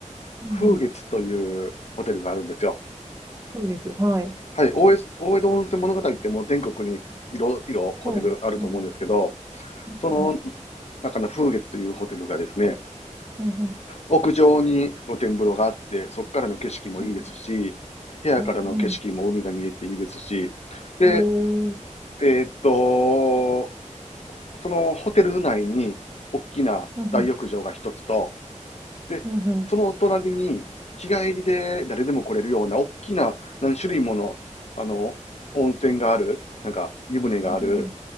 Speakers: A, on the right; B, on the left.
A: うんうん。
B: 風月というホテルがあるんですよ。
A: 風月。はい。
B: はい、大江大江戸温泉物語ってもう全国にいろいろホテルあると思うんですけど、
A: そう。うんうん。うんうん。
B: その中の風月というホテルがですね、
A: うんうん
B: 屋上に露天風呂があって、そこからの景色もいいですし、
A: うん
B: 部屋からの景色も海が見えていいですし、
A: うん。
B: で、
A: うん。へえ。
B: えーっと、そのホテル内に大きな大浴場が一つと、
A: うんうん。
B: で、
A: うんうん。
B: その隣に、日帰りで誰でも来れるような、大きな何種類もの、あの、温泉がある、なんか、湯船がある、
A: うん。